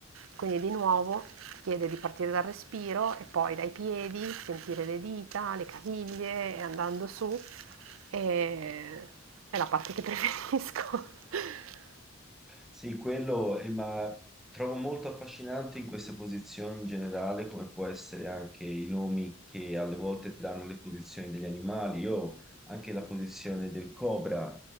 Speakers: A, on the right (about 75°); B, in the centre.
A: Quindi di nuovo ti chiede di partire dal respiro e poi dai piedi, sentire le dita, le caviglie e andando su. E... È la parte che preferisco. <laughs>
B: Sì, quello, eh, ma trovo molto affascinante in queste posizioni in generale, come può essere anche i nomi che alle volte danno le posizioni degli animali. Io anche la posizione del cobra,